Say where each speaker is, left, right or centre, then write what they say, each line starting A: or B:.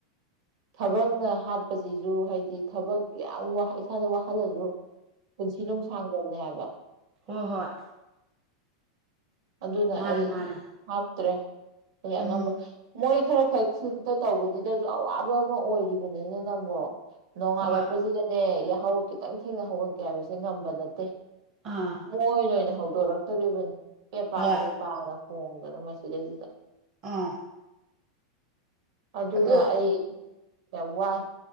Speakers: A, on the right; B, on the right.
A: ꯊꯕꯛꯅ ꯍꯥꯠꯄꯖꯤꯖꯨ ꯍꯥꯏꯗꯤ ꯊꯕꯛ ꯌꯥꯝ ꯋꯥ ꯏꯁꯥꯗ ꯋꯥꯍꯜꯂꯖꯨ ꯄꯨꯟꯁꯤ ꯅꯨꯡꯁꯥꯡꯗꯕꯅꯦ ꯍꯥꯏꯕ
B: ꯍꯣ ꯍꯣꯏ
A: ꯑꯗꯨꯅ
B: ꯃꯥꯅꯦ
A: ꯑꯩ
B: ꯃꯥꯅꯦ
A: ꯍꯥꯞꯇ꯭ꯔꯦ ꯑꯩ ꯑꯉꯝꯕ
B: ꯎꯝ
A: ꯃꯣꯏ ꯈꯔꯈꯛ ꯁꯤꯝꯇ ꯇꯧꯕꯖꯤꯗꯖꯨ ꯑꯋꯥꯕ ꯑꯃ ꯑꯣꯏꯔꯤꯕꯅꯤꯅꯦ ꯅꯪꯕꯣ ꯅꯣꯡꯉꯥꯜꯂꯛꯄꯁꯤꯗ
B: ꯍꯣꯏ
A: ꯁꯦ ꯌꯥꯍꯧꯒ ꯈꯤꯇꯪ ꯊꯦꯡꯅ ꯍꯧꯒꯠꯀꯦ ꯍꯥꯏꯕꯁꯦ ꯉꯝꯕ ꯅꯠꯇꯦ
B: ꯑꯥ
A: ꯃꯣꯏꯅ ꯑꯣꯏꯅ ꯍꯧꯗꯣꯔꯛꯇꯧꯔꯤꯕꯅꯤ ꯄꯦ ꯄꯥ
B: ꯍꯣꯏ
A: ꯄꯦ ꯄꯥꯅ ꯈꯣꯡꯗꯅ ꯃꯁꯤꯗꯩꯁꯤꯗ
B: ꯑꯥ
A: ꯑꯗꯨꯅ
B: ꯑꯗꯣ
A: ꯑꯩ ꯌꯥꯝ ꯋꯥꯏ